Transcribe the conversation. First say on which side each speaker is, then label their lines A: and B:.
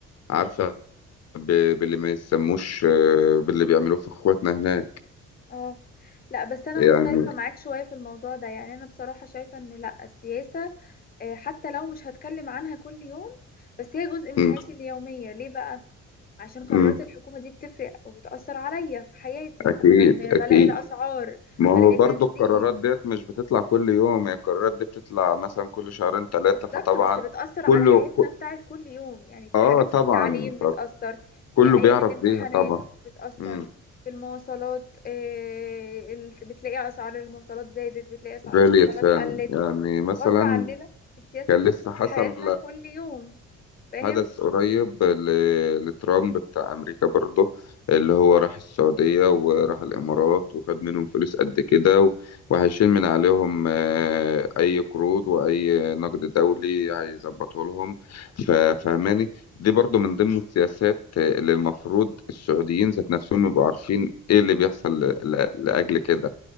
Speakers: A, on the left (about 55°); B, on the left (about 30°).
A: عارفة ب- باللي ما يسموش آه، باللي بيعملوه في اخواتنا هناك
B: اه لا بس انا
A: يعني
B: مختلفة معاك شوية في الموضوع ده يعني انا بصراحة شايفة ان لا السياسة آه، حتى لو مش هتكلم عنها كل يوم بس هي جزء من
A: م-
B: حياتي اليومية ليه بقى؟ عشان قرارات
A: م-
B: الحكومة دي بتفرق وبتأثر عليا في حياتي
A: أكيد
B: مثلا
A: أكيد
B: غلاء الأسعار
A: ما هو
B: غلاء
A: برضو
B: البنزين
A: القرارات ديت مش بتطلع كل يوم هي القرارات دي بتطلع مثلا كل شهرين ثلاثة
B: بالظبط
A: فطبعا
B: بس بتأثر
A: كله
B: على حياتنا
A: ك-
B: بتاعت كل يوم يعني
A: اه
B: حاجات
A: طبعا
B: في التعليم بتأثر
A: فكله
B: آه، أيام
A: بيعرف
B: الامتحانات
A: بيها طبعا
B: بتأثر
A: م.
B: في المواصلات آه، ال- بتلاقي أسعار المواصلات زادت بتلاقي أسعار
A: غالية
B: المواصلات
A: فعلا
B: قلت
A: يعني مثلا
B: فغصب عننا السياسة
A: كان
B: بتدخل
A: لسه حصل
B: في حياتنا كل يوم فاهم؟
A: حدث قريب ل- لترامب بتاع أمريكا برضه اللي هو راح السعودية وراح الإمارات وخد منهم فلوس قد كده و- وهيشيل من عليهم آه، أي قروض وأي نقد دولي هيظبطه لهم ف- فهماني دي برضه من ضمن السياسات آه، اللي المفروض السعوديين ذات نفسهم يبقوا عارفين إيه اللي بيحصل ل- ل- لأجل كده